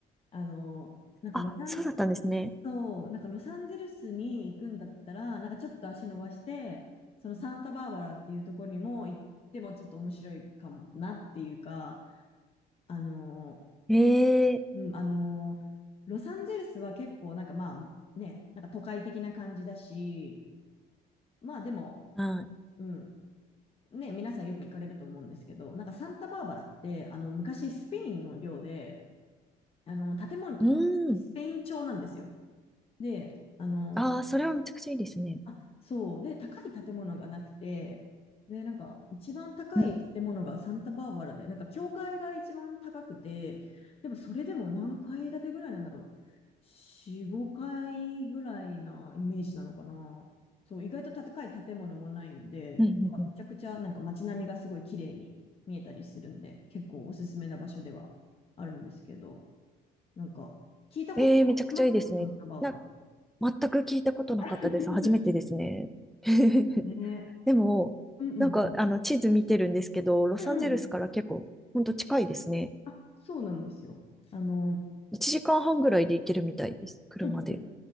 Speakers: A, on the left; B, in the centre.
A: あの、なんかロサン、
B: あ、そうだったんですね。
A: そう、なんかロサンゼルスに行くんだったら、なんかちょっと足伸ばして、そのサンタバーバラっていうところにも行ってもちょっと面白いかもなっていうか、あの、
B: ええ
A: うん、あのーロサンゼルスは結構なんかまあね、なんか都会的な感じだし、まあでも、
B: はい。
A: うん、ね、皆さんよく行かれると思うんですけど、なんかサンタバーバラって、あの、昔スペインの領で、あの、建物とかスペイン調なんですよ。
B: うん。
A: で、あの、
B: ああ、それはめちゃくちゃいいですね。
A: あ、そう。で、高い建物がなくて、で、なんか、一番高い建物がサンタバーバラで、
B: うん。
A: なんか、教会が一番高くて、でも、それでも何階建てぐらいなんだろう。4、5階ぐらいなイメージなのかな。そう、意外と高い建物もないんで、
B: うんうんうん。
A: めちゃくちゃ、なんか、街並みがすごい綺麗に見えたりするんで、結構おすすめな場所ではあるんですけど、なんか、聞いたことはありますサンタバーバラ。
B: ええめちゃくちゃいいですね。な、全く聞いたことなかったです。
A: <laughs>
B: 初めてですね。<laughs>
A: ね。
B: でも、
A: うんうん。
B: なんか、あの、地図見てるんですけど、ロサンゼルスから結構、
A: うんうん。
B: ほんと近いですね。
A: あ、そうなんですよ。あの、
B: 1時間半ぐらいで行けるみたいです。車で。
A: うんうん。